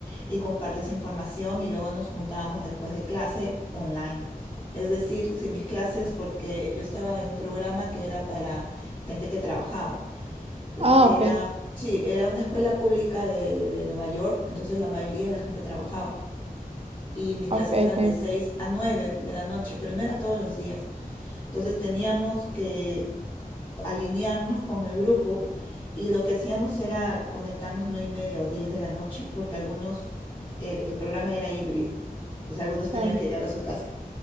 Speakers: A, on the left; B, on the right.
A: y compartes información y luego nos juntábamos después de clase online. Es decir, si mis clases, porque yo estaba en un programa que era para gente que trabajaba. Entonces,
B: Ah,
A: Era,
B: ok,
A: sí, era una escuela pública de, de Nueva York, entonces la mayoría de la gente trabajaba y mis clases
B: ok,
A: eran
B: ok,
A: de 6 a 9 de la noche, pero no era todos los días. Entonces teníamos que alinearnos con el grupo y lo que hacíamos era conectarnos 9 y media o 10 de la noche, porque algunos, el el programa era híbrido, o sea, algunos tenían
B: claro,
A: que llegar a su casa